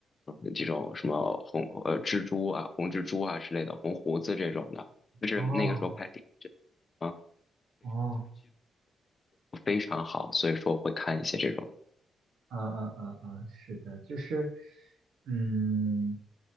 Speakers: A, on the left; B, on the right.
A: 嗯这种什么红呃蜘蛛啊、红蜘蛛啊之类的，红胡子这种的，就是那个时候拍的，
B: 哦
A: 这啊
B: 哦，
A: 非常好，所以说会看一些这种。
B: 嗯嗯嗯嗯，是的，就是，嗯，